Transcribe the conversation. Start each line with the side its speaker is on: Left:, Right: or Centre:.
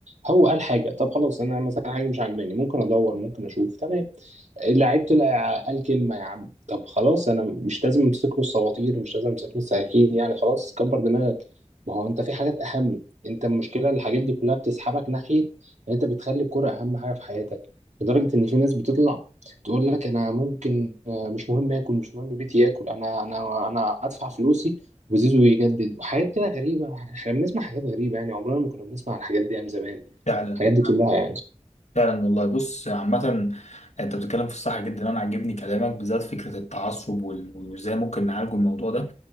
Right: هو قال حاجة طب خلاص أنا مثلا حاجة دي مش عاجباني ممكن أدور ممكن أشوف تمام لعيبته لا- قال كلمة يا عم طب خلاص أنا مش لازم أمسك له السواطير مش لازم أمسك له السكاكين يعني خلاص كبر دماغك ما هو أنت في حاجات أهم أنت المشكلة الحاجات دي كلها بتسحبك ناحية إن أنت بتخلي الكرة أهم حاجة في حياتك لدرجة إن في ناس بتطلع تقول لك أنا ممكن آه، مش مهم آكل مش مهم بيتي آكل أنا أنا أنا أدفع فلوسي وزيزو يجدد وحاجات كده غريبة إحنا بنسمع حاجات غريبة يعني عمرنا ما كنا بنسمع الحاجات دي أيام زمان
Left: فعلا
Right: الحاجات دي كلها يعني
Left: فعلا والله بص عامة انت بتتكلم في الصح جدا انا عاجبني كلامك بالذات فكرة التعصب وال- وازاي ممكن نعالجه الموضوع ده